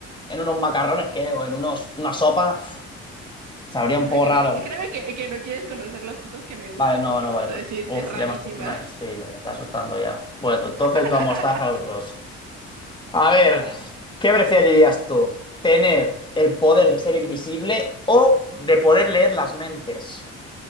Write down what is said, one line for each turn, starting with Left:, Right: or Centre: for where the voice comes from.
Left: en unos macarrones, ¿qué? O en unos, una sopa, uf, sabría
Right: créeme
Left: un poco
Right: que
Left: raro.
Right: no, créeme que, que no quieres conocer las cosas que me gustan
Left: Vale, no,
Right: porque
Left: no,
Right: vas
Left: vale. pero-
Right: a decir,
Left: Uf,
Right: es rarísima.
Left: ya me, est- me- sí, ya me está asustando ya. Bueno, entonces
Right: <laughs>
Left: la mostaza a los dos. A ver, ¿qué preferirías tú? ¿Tener el poder de ser invisible o de poder leer las mentes?